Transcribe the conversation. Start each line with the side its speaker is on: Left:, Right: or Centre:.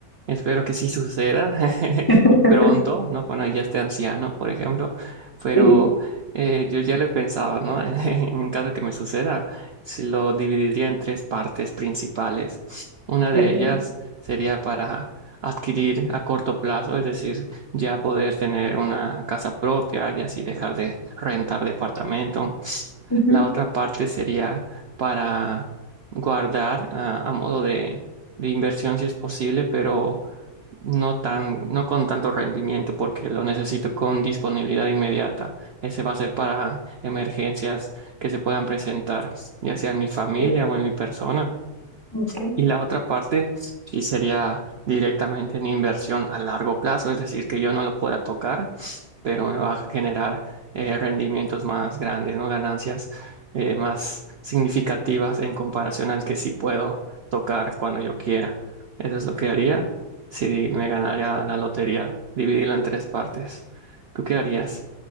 Right: espero que sí suceda <laughs>
Left: <laughs>
Right: y pronto, ¿no? Cuando ya esté anciano, por ejemplo, pero
Left: Sí,
Right: eh, yo ya lo he pensado, ¿no? <laughs> En, en caso que me suceda, si lo dividiría en tres partes principales. Una de
Left: ok.
Right: ellas sería para adquirir a corto plazo, es decir, ya poder tener una casa propia y así dejar de rentar departamento
Left: Ujú,
Right: La otra parte sería para guardar ah, a, modo de, de inversión si es posible, pero no tan, no con tanto rendimiento porque lo necesito con disponibilidad inmediata. Ese va a ser para emergencias que se puedan presentar, ya sea en mi familia
Left: sí,
Right: o en mi persona.
Left: ok.
Right: Y la otra parte sí sería directamente en inversión a largo plazo, es decir, que yo no lo pueda tocar pero me va a generar eh, rendimientos más grandes, ¿no? Ganancias eh, más significativas en comparación al que sí puedo tocar cuando yo quiera. Eso es lo que haría si me ganara la lotería, dividirlo en tres partes. ¿Tú qué harías?